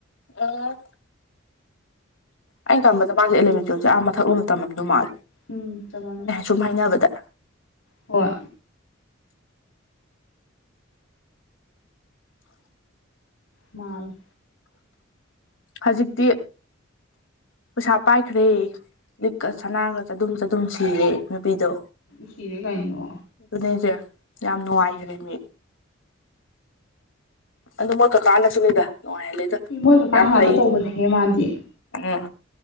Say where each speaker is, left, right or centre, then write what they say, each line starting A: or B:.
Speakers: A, on the left (about 75°); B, on the left (about 85°).
A: ꯑꯣ ꯑꯩꯅ ꯈꯟꯕꯗ ꯃꯥꯁꯦ ꯑꯦꯂꯕꯦꯟ ꯇꯨꯋꯜꯞꯁꯦ ꯑꯥ ꯃꯊꯥꯛ ꯂꯣꯝꯗ ꯇꯝꯃꯝꯗꯧ ꯃꯥꯂꯦ
B: ꯎꯝ ꯇꯝꯃꯝꯅꯤ
A: ꯁꯨꯝ ꯍꯥꯏꯅꯕꯗ
B: ꯍꯣꯏ ꯃꯥꯜꯂꯦ
A: ꯍꯧꯖꯤꯛꯇꯤ ꯄꯩꯁꯥ ꯄꯥꯏꯈ꯭ꯔꯦ ꯂꯤꯛꯀ ꯁꯅꯥꯒ ꯆꯗꯨꯝ ꯆꯗꯨꯝ ꯁꯤꯔꯦ ꯅꯨꯄꯤꯗꯣ
B: ꯁꯤꯔꯦ ꯒꯩꯅꯣ
A: ꯑꯗꯨꯅꯦꯁꯦ ꯌꯥꯝ ꯅꯨꯡꯉꯥꯏꯈ꯭ꯔꯦ ꯃꯤ ꯑꯗꯨ ꯃꯣꯏ ꯀꯀꯥ ꯅꯁꯨꯅꯅꯤꯗ ꯅꯨꯡꯉꯥꯏꯍꯜꯂꯦꯗꯣ
B: ꯃꯣꯏ ꯀꯀꯥꯅ
A: ꯌꯥꯝ
B: ꯉꯥꯛꯇ
A: ꯐꯩ
B: ꯇꯧꯕꯅꯦꯍꯦ ꯃꯥꯗꯤ
A: ꯎꯝ